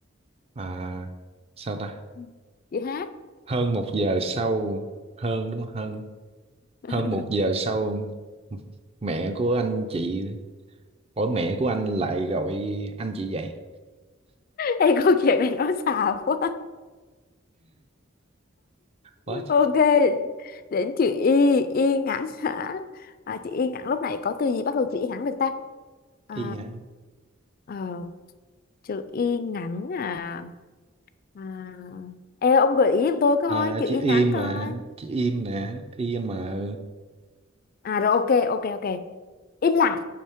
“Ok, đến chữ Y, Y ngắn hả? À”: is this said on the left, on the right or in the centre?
Left